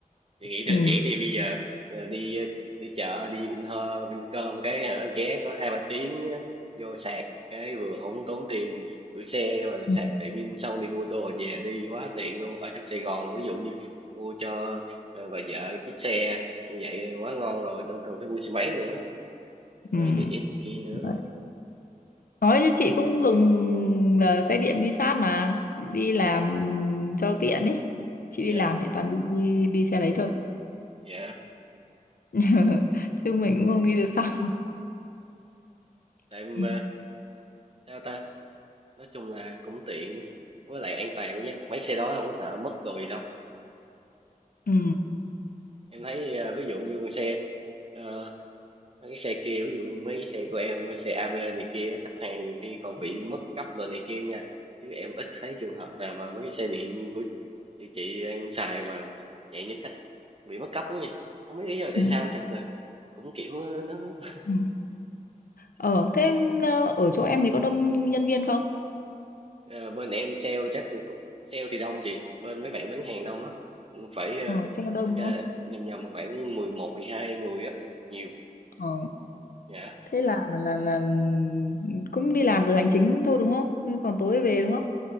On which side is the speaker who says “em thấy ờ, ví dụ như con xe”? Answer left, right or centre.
Right